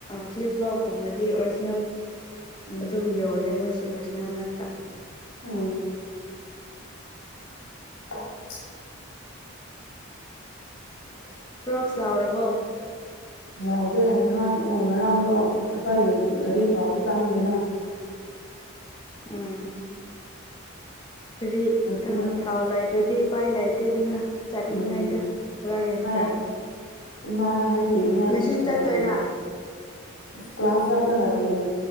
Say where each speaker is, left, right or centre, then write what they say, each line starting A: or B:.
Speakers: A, on the left; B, on the left.
A: ꯐ꯭ꯂꯤꯞꯐ꯭ꯂꯣꯞ ꯀꯨꯝꯕꯗꯤ ꯑꯣꯔꯤꯖꯤꯅꯦꯜ
B: ꯎꯝ
A: ꯑꯗꯨꯝ ꯌꯣꯜꯂꯦ ꯃꯣꯏꯁꯦ ꯑꯣꯔꯤꯖꯤꯅꯦꯜ ꯉꯥꯛꯇ
B: ꯎꯝ <inaudible> <inaudible>
A: ꯀ꯭ꯔꯣꯛꯁ ꯌꯥꯎꯔꯕ꯭ꯔꯣ
B: ꯌꯥꯎꯗꯦ ꯅꯍꯥꯟ ꯎꯝ ꯉꯔꯥꯡꯗꯣ ꯑꯩꯈꯣꯏꯒꯤ ꯊꯥꯎꯗꯣ ꯆꯪꯗꯦꯅ
A: ꯎꯝ ꯀꯔꯤ
B: ꯉꯁꯤ
A: ꯑ ꯊꯥꯎ ꯂꯩꯇ꯭ꯔꯗꯤ ꯎꯄꯥꯏ ꯂꯩꯇꯦꯗꯅ ꯆꯠꯅꯤꯡꯉꯥꯏꯗꯣ
B: ꯎꯝ
A: <unintelligible>
B: ꯑꯩ ꯏꯃꯥꯗ ꯍꯥꯏꯈꯤꯕꯅꯦ
A: ꯉꯁꯤ
B: ꯍꯌꯦꯡ
A: ꯆꯠꯇꯣꯏꯔꯥ
B: ꯑꯁ ꯀ꯭ꯂꯥꯁ ꯆꯠꯂꯒ ꯌꯦꯡ